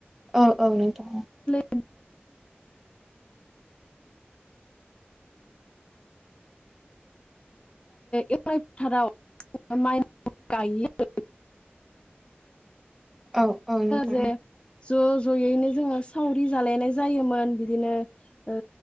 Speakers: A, in the centre; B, on the left (about 25°).
A: औ औ नोंथां औ
B: <unintelligible> एवनाय फोथाराव माइ गायो आरो।
A: औ औ नोंथां
B: जे
A: औ
B: ज' ज'यैनो जोंङो सावरि जालायनाय जायोमोन बिदिनो ओ